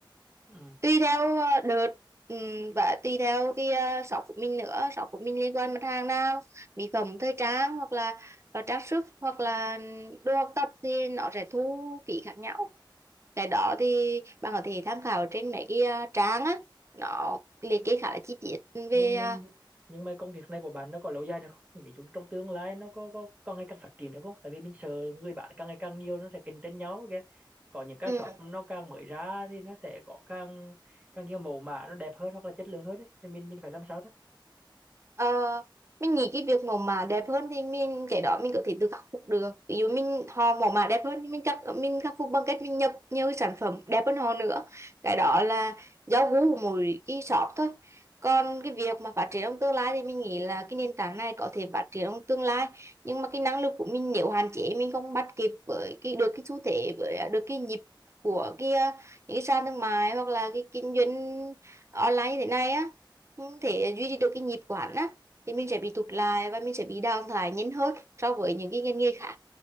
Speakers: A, on the right (about 20°); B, on the right (about 35°).
A: ừ.
B: tùy theo ờ, đợt ừm, và tùy theo cái uh, shop của mình nữa shop của mình liên quan mặt hàng nào mỹ phẩm thời trang hoặc là ờ, trang sức hoặc là đồ học tập thì nó sẽ thu phí khác nhau cái đó thì bạn có thể tham khảo trên mấy cái ờ, trang á nó liệt kê khá là chi tiết
A: nhưng
B: về ờ,
A: nhưng nhưng mà công việc này của bạn nó có lâu dài được không ví dụ trong tương lai nó có có có ngày càng phát triển được không tại vì mình sợ người bạn càng ngày càng nhiều nó sẽ cạnh tranh nhau kìa có những cái
B: ừ,
A: shop nó càng mới ra thì nó sẽ có càng càng nhiều mẫu mã nó đẹp hơn hoặc là chất lượng hơn ấy. thì mình mình phải làm sao đó
B: Ờ, mình nghĩ cái việc mẫu mã đẹp hơn thì mình cái đó mình có thể tự khắc phục được ví dụ mình họ mẫu mã đẹp hơn thì mình khắc mình khắc phục bằng cách mình nhập nhiều cái sản phẩm đẹp hơn họ nữa cái đó là do gu của mỗi cái shop thôi còn cái việc mà phát triển trong tương lai thì mình nghĩ là cái nền tảng này có thể phát triển trong tương lai nhưng mà cái năng lực của mình nếu hạn chế mình không bắt kịp với cái được cái xu thế với được cái nhịp của cái ờ, những cái sàn thương mại hoặc là cái kinh doanh online như thế này á không thể duy trì được cái nhịp của hắn á thì mình sẽ bị tụt lại và mình sẽ bị đào thải nhanh hơn so với những cái ngành nghề khác